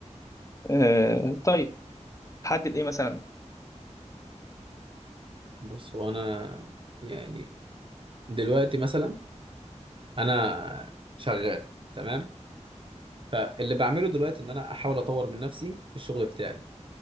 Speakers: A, on the left; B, on the right.
A: آه، طيب حدد ايه مثلا
B: بص هو انا يعني دلوقتي مثلا انا شغال تمام فاللي بعمله دلوقتي ان انا احاول اطور من نفسي في الشغل بتاعي